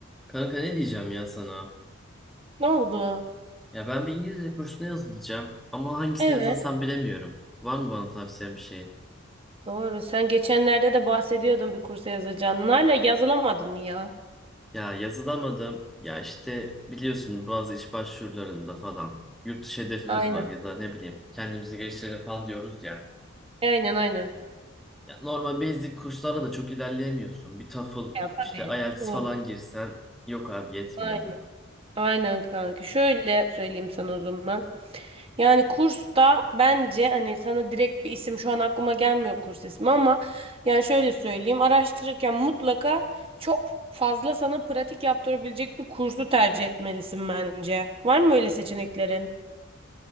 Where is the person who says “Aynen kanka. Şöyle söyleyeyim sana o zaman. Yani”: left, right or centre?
Right